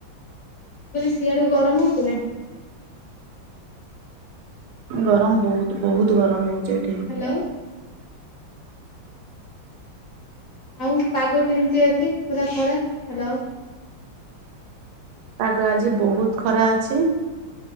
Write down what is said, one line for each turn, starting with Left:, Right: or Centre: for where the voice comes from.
Left: ମୁଁ କହିଲି ସିଆଡେ ଗରମ ହଉଚି ନା?
Right: ଗରମ ବହୁତ ବହୁତ ଗରମ ହୋଉଚି ଏଠି।
Left: ହ୍ୟାଲୋ। ଆଉ ପାଗ କେମିତି ଅଛି ପୁରା ଖରା ହାଲୋ।
Right: ପାଗ ଆଜି ବହୁତ ଖରା ଅଛି।